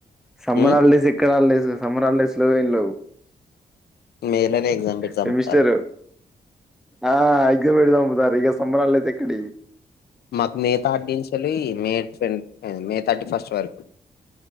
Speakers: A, in the centre; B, on the left.
A: సమ్మరాళ్లేసి
B: ఉమ్,
A: ఎక్కడళ్ళ లేదు సమరాల స్లోవన్ లో
B: మేలోనే ఎగ్జామ్ పెట్టి చంపుతారు
A: సెమిస్టరు ఆ ఎక్మ్ ఎడుదా పోతా వేగా సమోరాల ఇక్కడ
B: మాకు మిగతా ఆడించాల మే మే థర్టీ ఫస్ట్ వరకు